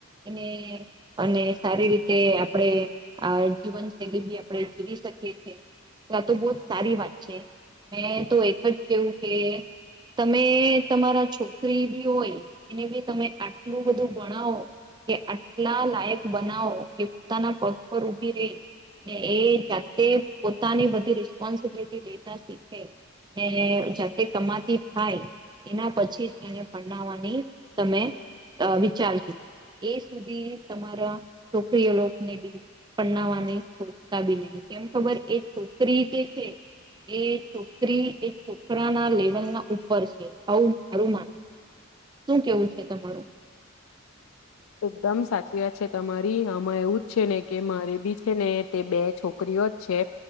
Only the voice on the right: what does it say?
એને અને સારી રીતે આપણે આ જીવનશૈલી બી આપ જીવી શકીએીએ આ તો બહ જ સારી વાત છે મેં તો એક જ કેવું કે તમે તમારા છોકરી બી હોય એને બી તમે આટલું બધું ગણાવો કે આટલા લાયક બનાવો કે પોતાના પગ પર ઉભી રહી ને એ જાતે પોતાની બધી રિસ્પોન્સિબિલિટી લેતા શીખે ને જાતે કમાતી થાય એના પછી જ એને પરનાવવાની તમે વિચારજો એ સુધી તમારા છોકરીઓલોને બી પરનાવાની સોચતા બી નહી કેમ ખબર એ છોકરી જે છે એ છોકરી એ છોકરા ના લેવલમાં ઉપર છે આવું મારું માનવું છે શું કેવું છે તમારું